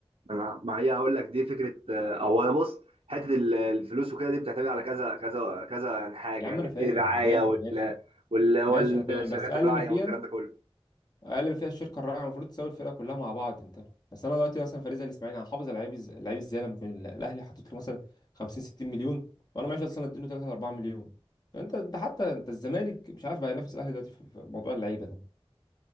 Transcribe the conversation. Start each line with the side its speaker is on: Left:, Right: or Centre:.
Right: انا ما هي هقول لك دي فكره آه، او انا بص حته ال- الفلوس وكده دي بتعتمد على كذا كذا كذا يعني حاجه
Left: يا عم
Right: يعني
Left: أنا فاهم
Right: في رعايه
Left: أنا فاهم
Right: وال
Left: ماشي
Right: وال
Left: ماشي أنا فاهم
Right: والشركات
Left: بس أقل
Right: الراعيه
Left: ما فيها
Right: والكلام ده كله
Left: اقل ما فيها الشركه الرائعه المفروض تساوي الفرقه كلها مع بعض انت بس انا دلوقتي مثلا فريق زي الاسماعيلي هحافظ على لعيب إز- لعيب ازاي لما يكون ال- الاهلي حاطط له مثلا 50 60 مليون وانا معيش اصلا اديله 3 4 مليون انت ده حتى انت الزمالك مش عارف بقى ينافس الاهلي دلوقتي في في موضوع اللعيبه ده